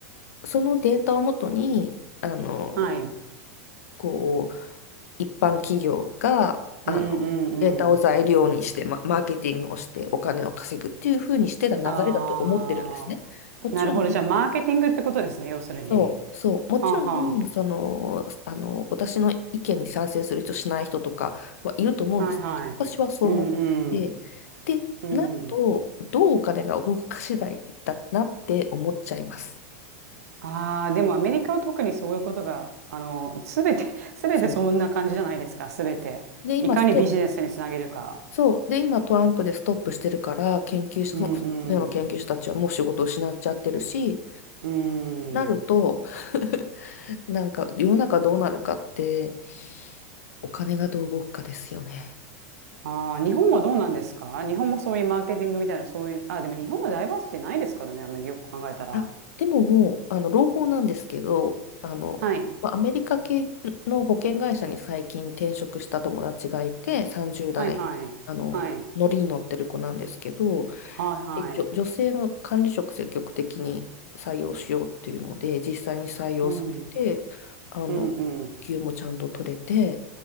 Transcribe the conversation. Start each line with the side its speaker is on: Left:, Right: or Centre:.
Left: そのデータをもとにあの
Right: はい。うん
Left: こう一般企業があのデータを材料にして、
Right: うんうん。
Left: ま、マーケティングをしてお金を稼ぐっていうふうにしてた流れだと思ってるんですね。
Right: ああ、
Left: もちろん、
Right: なるほど。じゃあ、マーケティングってことですね。要するに。
Left: そうそう、もちろんその、
Right: はあは
Left: あの私の意見に賛成する人、しない人とかはいると思うんですけど、
Right: あ。はいはい。
Left: 私はそう思ってで、
Right: うんうんうん。
Left: なると、どうお金が動くか次第だなって思っちゃいます。
Right: ああ、でもアメリカは特にそういうことが、あの、すべて、<laughs> すべてそんな感じじゃないですか。
Left: そう
Right: すべて。
Left: で、今スト、
Right: いかにビジネスにつなげるか。
Left: そう。で、今トランプでストップしてるから、研究者、
Right: うんうん。
Left: そのそのような研究者たちはもう仕事を失っちゃってるし、
Right: うん。
Left: なると、<laughs> なんか世の中どうなるかって、お金がどう動くかですよね。
Right: ああ、日本はどうなんですか日本もそういうマーケティングみたいな、そういう、あ、でも日本はダイバーシティないですからね、あんまりよく考えたら。
Left: あ、でももう、あの、朗報なんですけど、あの、
Right: はい。
Left: まあアメリカ系の保険会社に最近転職した友達がいて、30代、
Right: はい、はい。
Left: あの、
Right: はい。
Left: 乗りに乗ってる子なんですけど、
Right: はい、はい。
Left: え女、女性の管理職積極的に採用しようっていうので、実際に採用されて、
Right: うん。
Left: あの、
Right: うん、うん。
Left: 給もちゃんと取れて、